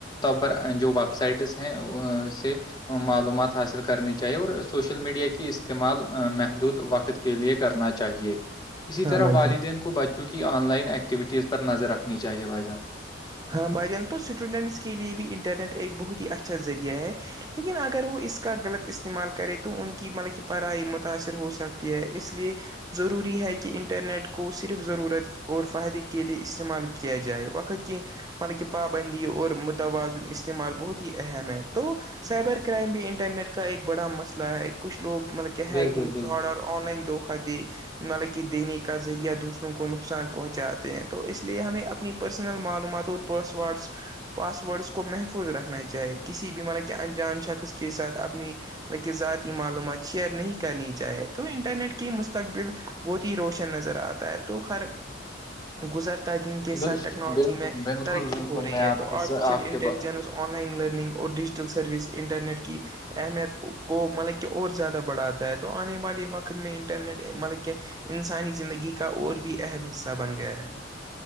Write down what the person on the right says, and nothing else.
ہاں
بھائی
جان
ہاں بائی جان تو اسٹوڈنٹس کے لیے بھی انٹرنیٹ ایک بہت ہی اچھا ذریعہ ہے لیکن اگر وہ اس کا غلط استعمال کرے تو ان کی مطلب کہ پڑھائی متاثر ہو سکتی ہے اس لیے ضروری ہے کہ انٹرنیٹ کو صرف ضرورت اور فائدے کے لیے استعمال کیا جائے وقت کے مطلب کہ پابندی اور متوازن استعمال بہت ہی اہم ہے تو سائبر کرائم بھی انٹرنیٹ کا ایک بڑا مسئلہ ہے کچھ لوگ مطلب کہ ہیکنگ
فراڈ اور آن لائن دقا دی مطلب کہ دینے کا ذریعہ دوسروں کو نقصان پہنچاتے ہیں تو اس لیے ہمیں اپنی پرسنل معلومات اور پاس ورڈس پاسورڈس کو محفوظ رکھنا چاہیے کسی بھی مطلب کہ انجان شخص کے کے ساتھ اپنی بک ذاتی معلومات شیئر نہیں کرنی چاہیے تو انٹرنیٹ کی مستقبل بہت ہی روشن نظر آتا ہے تو ہر گزرتا ہے دن کے
ساتھ ٹیکنالوجی
میں
ہو رہی
ہے
تو
آرٹیفیشیل
انٹیلیجنس
آن لائن لرننگ اور ڈیجیٹل سروس انٹرنیٹ کی اہمیت کو مطلب کی اور زیادہ بڑھاتا ہے تو آنے والے وقت میں انٹرنیٹ مطلب کہ انسانی زندگی کا اور بھی اہم حصہ بن گیا ہے